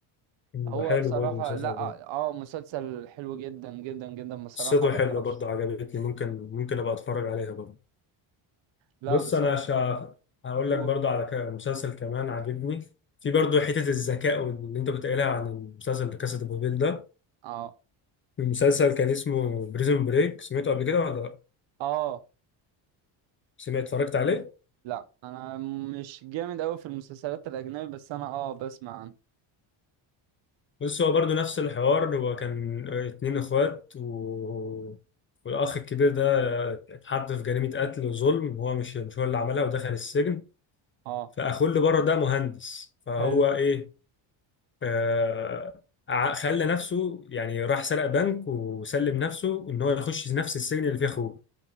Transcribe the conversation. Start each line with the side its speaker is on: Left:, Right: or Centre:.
Right: هو
Left: ده حلو
Right: بصراحة
Left: برضه المسلسل
Right: لا
Left: ده
Right: اه مسلسل حلو جدا جدا جدا بصراحة
Left: قصته
Right: وأرشح-
Left: حلوه برضه عجبتني ممكن ممكن ابقى اتفرج عليها برضه
Right: لا
Left: بص
Right: بصراحة
Left: انا شا... هقول
Right: نور
Left: لك برضو على ك- مسلسل كمان عاجبني في برضو حتة الذكاء واللي انت كنت قايلها عن المسلسل ده كاسا دي بابيل ده
Right: اه
Left: المسلسل كان اسمه بريزون بريك سمعته قبل كده ولا لا
Right: اه
Left: سمعت اتفرجت عليه
Right: لا انا مش جامد قوي في المسلسلات الاجنبي بس انا اه بسمع عنه
Left: بص هو برضو نفس الحوار هو كان اتنين اخوات و... والاخ الكبير ده اتحط في جريمة قتل وظلم هو مش مش هو اللي عملها ودخل السجن
Right: اه
Left: فاخوه اللي بره ده مهندس فهو
Right: حلو
Left: ايه آه، ع- خلى نفسه يعني راح سرق بنك وسلم نفسه ان هو يخش نفس السجن اللي فيه اخوه